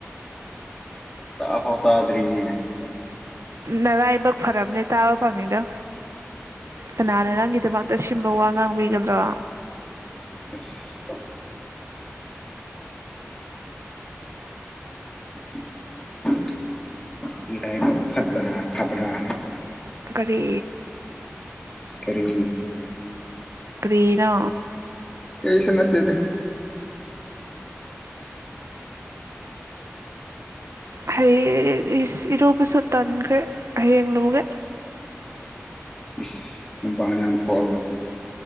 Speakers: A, on the left; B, on the right.
A: ꯇꯥꯐꯧ ꯇꯥꯗ꯭ꯔꯤꯅꯤꯅꯦ
B: ꯅꯔꯥꯏꯕꯛ ꯐꯔꯕꯅꯦ ꯇꯥꯕ ꯐꯪꯉꯤꯗꯣ ꯀꯅꯥꯅ ꯅꯪꯒꯤꯗꯃꯛꯇ ꯁꯤꯟꯕ ꯋꯥ ꯉꯥꯡꯕꯤꯒ ꯔꯣ
A: ꯑꯁ <unintelligible> ꯏꯔꯥꯏꯕꯛ ꯐꯠꯕ꯭ꯔꯥ ꯐꯕ꯭ꯔꯥ
B: ꯀꯔꯤ
A: ꯀꯔꯤ
B: ꯀꯔꯤꯅꯣ
A: ꯀꯩꯁꯨ ꯅꯠꯇꯦꯗ
B: ꯍꯩꯌꯦ ꯏꯁ ꯏꯔꯨꯕꯁꯨ ꯇꯟꯈ꯭ꯔꯦ ꯍꯌꯦꯡ ꯂꯨꯒꯦ
A: ꯏꯁ ꯅꯨꯡꯗꯥꯡ ꯌꯥꯝ ꯊꯣꯛꯑꯒ